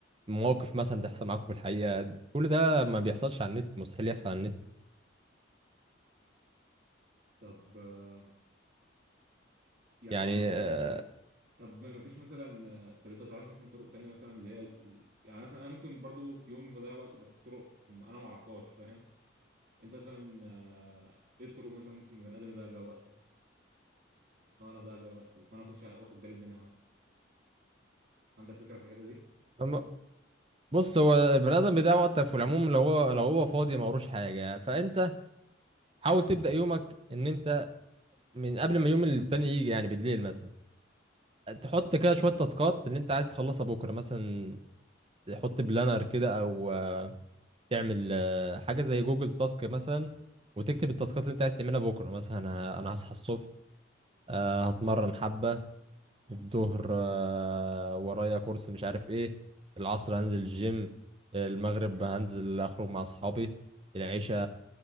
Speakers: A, on the right; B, on the right.
A: مواقف مثلا تحصل معاكم في الحقيقة د- كل ده ما بيحصلش على النت مستحيل يحصل على النت
B: طب آه، يعني
A: يعني
B: عامه
A: آه،
B: طب ما ما فيش مثلا آه، طب انت ما تعرفش مثلا طرق تانية مثلا اللي هي ال- يعني مثلا انا ممكن برضو في يومي بضيع وقت بس بطرق انا ما اعرفهاش فاهم انت مثلا آه، ايه الطرق مثلا ممكن البني ادم يضيع بيها وقته اه انا ضيع بيها وقتي وانا ما كنتش واخد بالي منها مثلا عندك فكره في الحته دي
A: أما- بص هو البني ادم بيضيع وقته في العموم لو هو لو هو فاضي ما وروش حاجة فانت حاول تبدأ يومك ان انت من قبل ما يوم التاني يجي يعني بالليل مثلا تحط كده شوية تاسكات اللي انت عايز تخلصها بكرة مثلا تحط بلانر كده او آه، تعمل آه، حاجة زي جوجل تاسك مثلا وتكتب التاسكات اللي انت عايز تعملها بكرة مثلا انا انا هصحى الصبح آه، هتمرن حبة الظهر آه، ورايا كورس مش عارف ايه العصر هنزل الجيم المغرب هنزل اخرج مع اصحابي العشاء